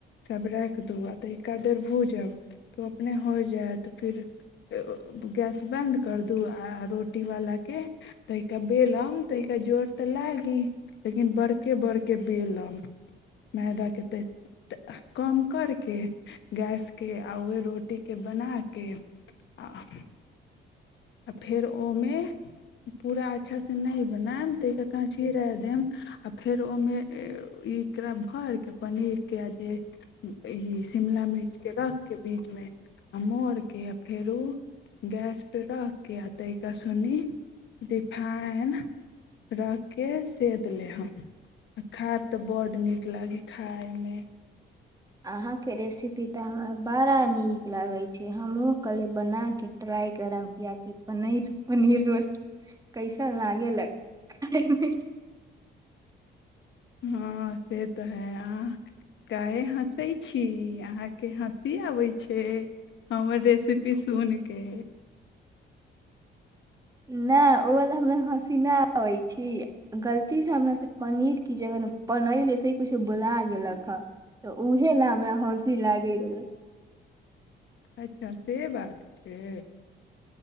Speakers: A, on the left; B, on the right.
A: सब राखि दू तनिका देर भूजब त ओ अपने फिर गैस बन्द कर रोटी वाल के त बेलम ता जोर तऽ लागी लेकिन बड़के बड़के बेलम मैदा के त कम करके गै केहोट आ क आ आ फेर ओहिमे पूरा अच्छासँ नहि बनायब ता क काँ छिराए देब आ फेर ओहिमे ई एकरा भरि कऽ पनीरके आ जे ई शिमला मिर्च के रख के बीचमे आ मोड़के य फेर ओ गैस पे रख कि आ ताहि कऽ सुनी रिफाइन रख कऽ सेद लेहब आ खाब तऽ बड्ड नीक लागै खायमे
B: आहाँ क रेसि पी ता हमरा बड़ा नीक लागै छै हमहहुँ कहलियै बना कऽ ट्राइ करब किआकि पनीर पनीर रो कैसन लागेलक खायमे
A: हँ से तऽ है अहाँ काह हँसै छी अहाँके हँसी आबै छै हमर रेसिपी सुून के
B: नहि ओ वला हमरा हँसी नहि आबै छी गलती से हमरा से पनीर की जगह पनीर ले कुछु बुला गेलक ह तऽ उऊहे ला रा हसी लागै रहलै
A: अच्छा से बात छै